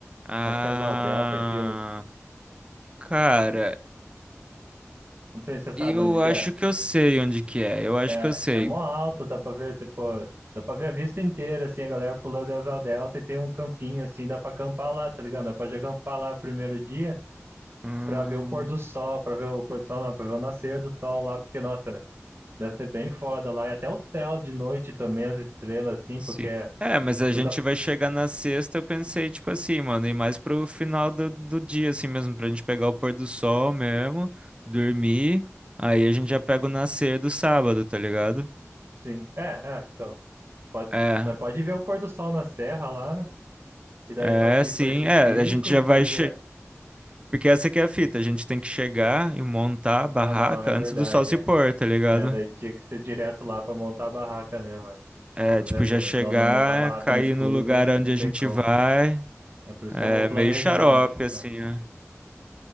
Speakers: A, on the right (about 25°); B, on the right (about 50°).
A: Ah,
B: Acho que é asa delta aquilo.
A: cara,
B: Não sei se você sabe
A: eu
B: onde que
A: acho
B: é.
A: que eu sei onde que é, eu acho
B: É,
A: que eu sei.
B: é mó alto, dá pra ver, tipo, dá pra ver a vista inteira, assim, a galera pulando de asa delta e tem um campinho, assim, dá pra acampar lá, tá ligado? Nós Pode acampar lá primeiro dia
A: Hum,
B: pra ver o pôr do sol, pra ver o pôr do sol, não, pra ver o nascer do sol lá, porque, nossa, deve ser bem foda lá. E até o céu de noite também, as estrelas, assim,
A: Sim.
B: porque é,
A: É, mas
B: é
A: a
B: tudo,
A: gente
B: a-
A: vai chegar na sexta, eu pensei, tipo assim, mano, e mais pro final do, do dia, assim mesmo, pra gente pegar o pôr do sol mesmo, dormir, aí a gente já pega o nascer do sábado, tá ligado?
B: assim, é, é, então, pode,
A: É,
B: nós pode ver o pôr do sol na serra lá, né? E daí
A: é,
B: partir
A: sim,
B: pra esse
A: é,
B: pico,
A: a gente já
B: fazer.
A: vai, che... porque essa aqui é a fita, a gente tem que chegar e montar a barraca
B: Ah, não, é verdade.
A: antes do sol se
B: é.
A: pôr, tá ligado?
B: É, daí tinha que ser direto lá pra montar a barraca mesmo. É.
A: É,
B: Tô
A: tipo,
B: viajando.
A: já chegar,
B: Senão né, montar a barraca
A: cair
B: no escuro
A: no lugar
B: não,
A: onde
B: não
A: a
B: tem
A: gente
B: como.
A: vai,
B: É por isso
A: é
B: que é bom planejar
A: meio xarope,
B: mesmo.
A: assim,
B: É,
A: né?